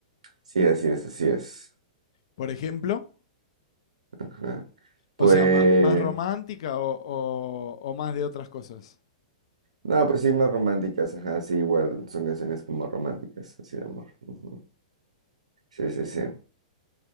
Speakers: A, on the right (about 80°); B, on the left (about 55°).
A: Sí, así es, así es.
B: por ejemplo.
A: Ajá.
B: O
A: Pues...
B: sea, ma- más romántica o, o- o más de otras cosas.
A: No, pues sí, más románticas, ajá, sí, igual, son canciones como románticas, así de amor. ujú. Sí, sí, sí.